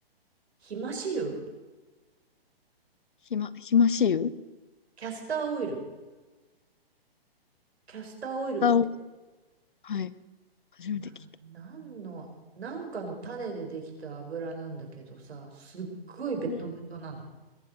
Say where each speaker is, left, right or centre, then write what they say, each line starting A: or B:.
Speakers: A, on the right; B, on the left.
A: ひまし油
B: ひま、ひましゆス
A: キャスターオイル。キャスターオイルって、
B: ターをはい。初めて聞いた。
A: な、なんの、なんかの種でできた油なんだけどさ、すっごいベトベトなの。
B: うん。